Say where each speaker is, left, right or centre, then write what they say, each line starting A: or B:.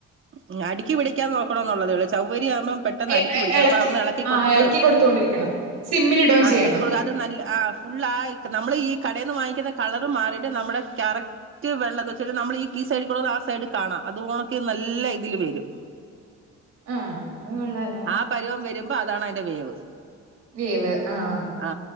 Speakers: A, on the right; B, on the right.
A: മ്മ് അടിക്ക് പിടിക്കാതെ നോക്കണോന്നുള്ളതേ ഉളളൂ ചവ്വരി രിയാകുമ്പോ പെട്ടെന്ന്
B: എ
A: അടിക്ക്
B: എ
A: പിടിക്കും. അപ്പോ അതൊന്ന് എളക്കി
B: ആ
A: കൊടുത്ത്,
B: എളക്കി കൊടുത്തോണ്ടിരിക്കണം സിമ്മിലിടുകയും
A: ആ
B: ചെയ്യണം
A: എളക്കിക്കൊടുക്കു അത് നല്ല ആ ഫുള്ളാ നമ്മള് ഈ കടേന്ന് വാങ്ങിക്ക്ന്ന കളറ് മാറിയിട്ട് നമ്മുടെ കറക്റ്റ് വെള്ളംന്ന് വെച്ചിട്ട് നമ്മളീ കീ സൈഡീക്കൂടെന്ന് ആ സൈഡീ കാണാം അത് കണക്ക് നല്ല ഇതില് വരും
B: ആഹ് അത് കൊള്ളാലോ
A: ആ പരുവം വരുമ്പോ അതാണ് അതിന്റെ വേവ്.
B: വേവ് ആഹ്
A: ആ